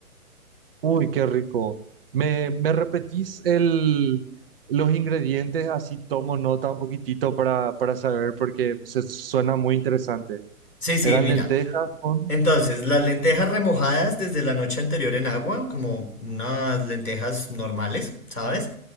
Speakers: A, on the right; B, on the left.
A: Uy, qué rico. ¿Me, me repetís el, los ingredientes? Así tomo nota un poquitito para, para saber porque se suena muy interesante.
B: Sí, sí,
A: Eran
B: mira,
A: lentejas con...
B: Entonces, las lentejas remojadas desde la noche anterior en agua, como unas lentejas normales, ¿sabes?